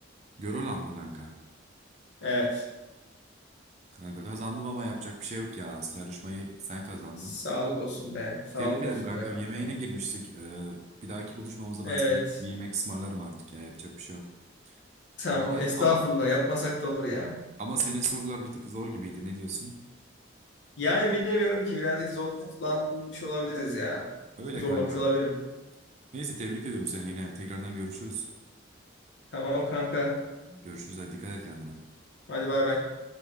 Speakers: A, on the right; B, on the left.
A: Görolant mı kanka?
B: Evet.
A: Kanka kazandım ama yapacak bir şey yok ya. Yarışmayı sen kazandın.
B: Sağlık olsun be. Sağlık
A: Tebrik ederim
B: olsun
A: kanka.
B: be kanka.
A: Yemeğine girmiştik. Ee, bir dahaki buluşmamızda
B: Evet.
A: ben sana bir yemek ısmarlarım artık ya. Yapacak bir şey yok.
B: Tamam.
A: Güzeldi
B: Estağfurullah.
A: ama
B: Yapmasak da olur ya.
A: ama senin sorular bir tık zor gibiydi. Ne diyorsun?
B: Yani bilemiyorum ki birazcık zorlanmış olabiliriz ya.
A: Öyle
B: Zorlamış
A: kanka.
B: olabilirim.
A: Neyse tebrik ediyorum seni yine. Tekrardan görüşürüz.
B: Tamam kanka.
A: Görüşürüz. Hadi dikkat et kendine.
B: Hadi bay bay.